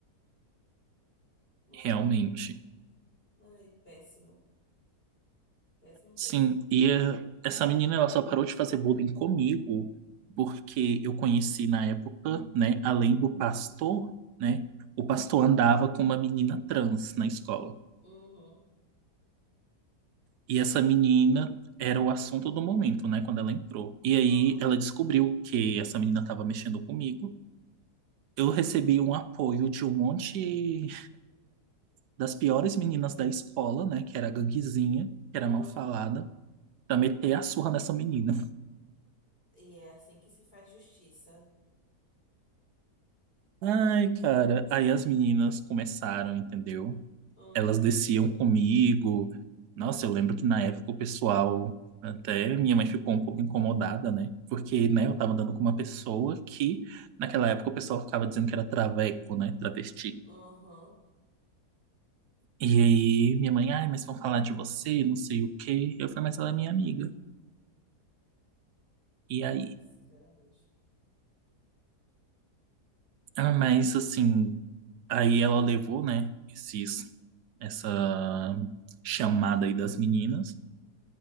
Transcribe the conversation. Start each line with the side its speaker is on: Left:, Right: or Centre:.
Left: Não,
Right: realmente.
Left: Ai, péssimo. Péssimo,
Right: Sim,
Left: péssimo.
Right: e eh, essa menina ela só parou de fazer bullying comigo porque eu conheci na época, né, além do pastor, né, o pastor andava com uma menina trans na escola.
Left: Uhum,
Right: E essa menina era o assunto do momento, né, quando ela entrou. E aí
Left: uhum,
Right: ela descobriu que essa menina estava mexendo comigo. Eu recebi um apoio de um monte das piores meninas da escola, né, que era a ganguezinha, que era
Left: uhum.
Right: mal falada, pra meter a surra nessa menina.
Left: E é assim que se faz justiça.
Right: Ai, cara. Aí as meninas começaram, entendeu?
Left: Uhum,
Right: Elas desciam comigo. Nossa, eu lembro que na época o pessoal, até minha mãe ficou um pouco incomodada, né? Porque, né, eu tava andando com uma pessoa que, naquela época, o pessoal ficava dizendo que era traveco, né? Travesti.
Left: uhum.
Right: E aí minha mãe, ai, mas vão falar de você, não sei o quê. Eu falei, mas ela é minha amiga. E
Left: Ai,
Right: aí?
Left: sinceramente.
Right: Ah, mas assim, aí ela levou, né, esses, essa chamada aí das meninas.